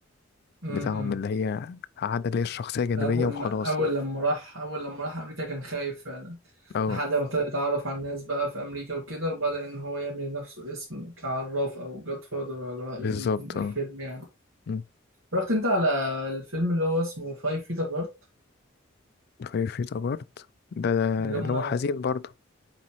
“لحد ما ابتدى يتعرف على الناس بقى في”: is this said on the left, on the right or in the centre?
Right